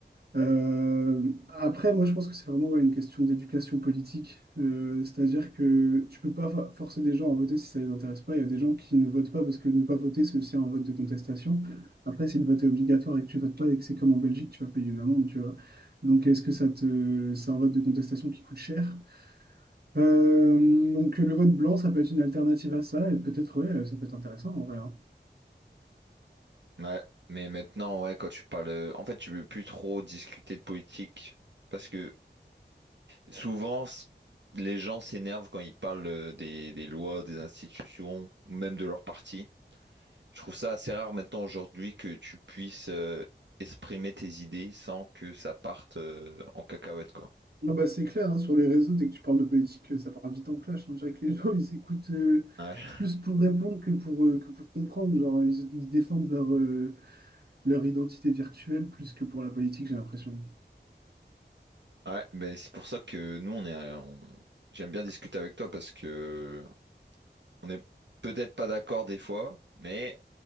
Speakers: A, on the right (about 60°); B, on the right (about 75°).
A: Euh, après, moi, je pense que c'est vraiment ouais, une question d'éducation politique. Euh, c'est-à-dire que tu peux pas fa- forcer des gens à voter si ça les intéresse pas. Il y a des gens qui ne votent pas parce que ne pas voter, c'est aussi un vote de contestation. Après, si le vote est obligatoire et que tu votes pas et que c'est comme en Belgique, tu vas payer une amende, tu vois. Donc, est-ce que ça te, c'est un vote de contestation qui coûte cher? Euh, donc le vote blanc, ça peut être une alternative à ça, et peut-être, ouais, ça peut être intéressant en vrai. hein.
B: Ouais, mais maintenant, ouais, quand tu parles, euh, en fait, tu veux plus trop discuter de politique parce que souvent c- les gens s'énervent quand ils parlent euh, des, des lois, des institutions ou même de leur parti. Je trouve ça assez rare maintenant aujourd'hui que tu puisses euh, exprimer tes idées sans que ça parte euh, en cacahuète, quoi.
A: Non, bah, c'est clair, hein, sur les réseaux, dès que tu parles de politique, euh, ça part vite en clash. hein. Je dirais que les <laughs> gens, ils écoutent euh,
B: Ouais,
A: plus pour répondre que pour, euh, que pour comprendre. Genre, ils, ils défendent leur, euh, leur identité virtuelle plus que pour la politique, j'ai l'impression.
B: <laughs> ouais, mais c'est pour ça que nous, on est, euh, on- j'aime bien discuter avec toi parce que on est peut-être pas d'accord des fois, mais